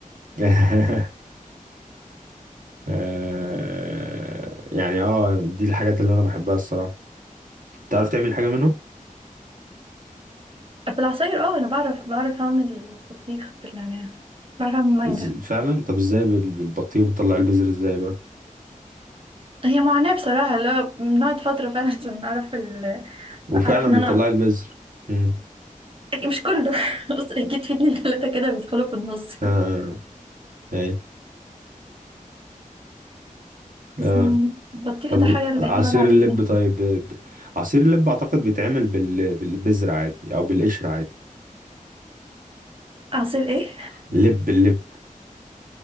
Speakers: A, on the right (about 75°); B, on the right (about 40°).
A: <laughs> آه، يعني اه دي الحاجات اللي انا بحبها الصراحه تعرف تعمل حاجه منهم
B: في العصاير اه انا بعرف بعرف اعمل البطيخ بالنعناع بعرف اعمل مانجا
A: إز- فعلا طب ازاي بال- بالبطيخ بتطلع البذر ازاي بقى
B: هي معاناه بصراحه لا بنقعد فتره فعلا عشان اعرف ال...
A: وفعلا
B: اعرف ان انا
A: بتطلع البذر مم.
B: أكيد مش كله <laughs> بس اكيد في اتنين تلاته كده بيدخلوا في النص
A: اه اي
B: بس
A: اه
B: يعني بطيخ
A: طب
B: ده
A: و-
B: حاجة لا
A: عصير
B: يقول عليها
A: اللب طيب ب- ب- عصير اللب اعتقد بيتعمل بال... بالبذر عادي او بالقشر عادي
B: عصير ايه؟
A: لب اللب